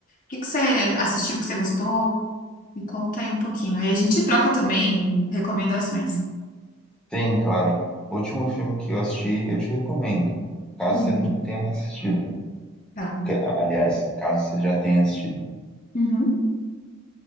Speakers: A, on the left; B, in the centre.
A: que que você assistiu que você gostou? Me conta aí um pouquinho. Aí a gente troca também recomendações.
B: Sim, claro. O último filme que eu assisti, eu te recomendo. Caso
A: Hum,
B: você não tenha assistido.
A: tá.
B: Que- Aliás, caso você já tenha assistido.
A: Uhum.